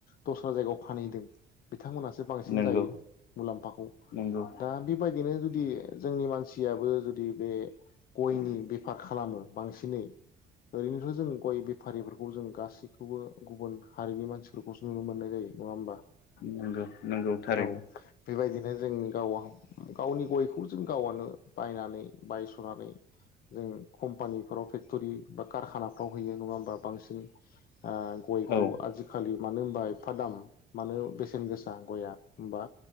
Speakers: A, on the left; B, on the left.
A: दस्रा जायगायाव फानहैदों बिथांमोनहासो बांसिन
B: नंगौ
A: जायो मुलाम्फाखौ
B: नंगौ
A: दा बेबायद दिनो जुदि जोंनि मानस सियाबो जुदि बे गयनि बेफार खालामो बांसिनै ओरैनोथ जोंङो गय बेफारिफोरखौ जों गासैखौबो गुबुन हारिनि मानसिफोरखौसो नुनो मोननाय जायो नंङा होमबा
B: नंगौ-नंगौ थारैनो
A: औ बेबायदिनो जों गावा गावनि गयखौ जों गावआनो बायनानै बायसनानै जों कम्पानिफोराव फेक्टरि बा कारखानाफ्राव हैयो नंङा होमबा बांसिन आ गयखौ
B: औ
A: आजिखालि मानो होनबा एफा दाम मानो बेसेन गोसा गयआ होमबा